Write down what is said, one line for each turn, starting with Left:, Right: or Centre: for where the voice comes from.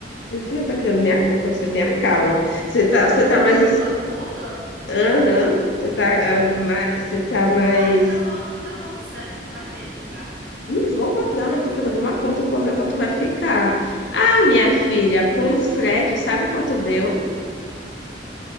Left: Meu filho tá criando minha conta, você tenha calma. Você tá,
Right: Tu
Left: você
Right: tá
Left: tá
Right: criando
Left: mais. ass-
Right: uma conta?
Left: Aham, você tá, ah, mais, você tá mais.
Right: Claro, tu tá falando, tu tá falando sério que tu vai mesmo comprar?
Left: Não vou comprar, mas tô criando uma conta pra ver quanto vai ficar. Ah, minha filha, com o frete, sabe quanto deu?